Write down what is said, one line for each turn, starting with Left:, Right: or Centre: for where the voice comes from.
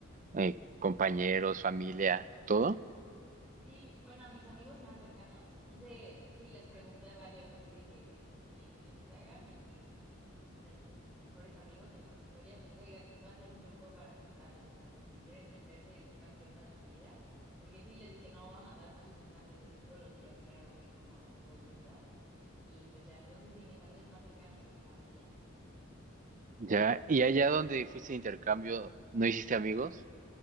Right: eh, compañeros, familia, todo.
Centre: Sí, bueno, a mis amigos más cercanos. Hice, sí, les pregunté a varios así de que en Instagram, en mis, o sea, en mejores amigos, en las historias de que, oigan, voy a hacer un grupo para contarles, o sea, por si quieren meterse y sepan qué onda de mi vida. Porque sí, les dije, no, voy a mandar muchos mensajes de que todos los días qué hago, qué como, a dónde voy y eso. Y pues ya, entonces sí, mis amigos más cercanos y mi familia.
Right: Ya. ¿Y allá donde fuiste de intercambio, no hiciste amigos?